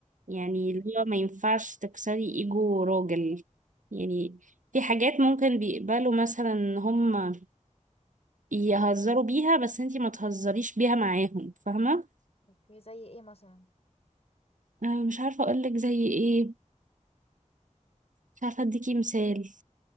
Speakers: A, on the left; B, on the right.
A: اه
B: يعني اللي هو ما ينفعش تكسري إيجو راجل يعني
A: مم.
B: في حاجات ممكن بيقبلوا مثلا إن هما يهزروا بيها بس انتي ما تهزريش بيها معاهم فاهمة؟
A: اوكي زي ايه مثلا
B: أنا مش عارفة أقولك زي إيه مش عارفة أديكي مثال